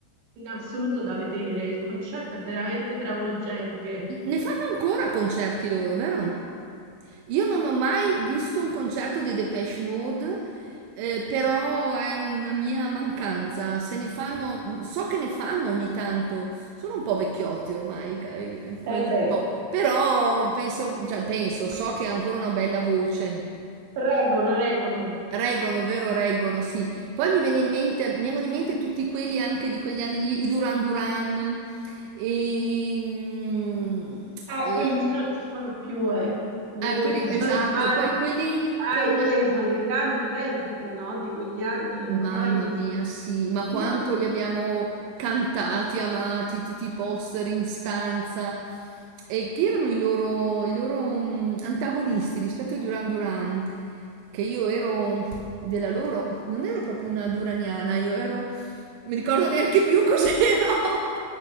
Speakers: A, on the right; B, on the right.
A: in assoluto da vedere. Il concerto è veramente travolgente.
B: Ne fanno ancora concerti loro, vero? Io non ho mai visto un concerto dei Depeche Mode, eh, però è una mia mancanza. Se ne fanno, so che ne fanno ogni tanto. Sono un po' vecchiotti ormai, ca- eh, come
A: Eh
B: gruppo.
A: beh,
B: però penso, cioè, penso, so che ha ancora una bella voce.
A: Reggono, reggono.
B: Reggono, vero, reggono, sì. Poi mi viene in mente, mi vengono in mente tutti quelli anche di quegli anni lì, i Duran Duran, e, mm,
A: Ah,
B: e-
A: quelli sì non ci sono più, eh. Molti,
B: ah, quelli,
A: già
B: esatto,
A: ormai,
B: poi quelli
A: dai,
B: con,
A: quelle sono le grandi perdite, no? Di quegli anni, ormai
B: Mamma mia,
A: sì.
B: sì, ma quanto
A: Molti.
B: li abbiamo cantati, amati, tutti i poster in stanza. E chi erano i loro, i loro mh, antagonisti rispetto ai Duran Duran? Che io ero della loro, non ero proprio una duraniana, io ero, mi ricordo neanche più cos'ero, <laughs>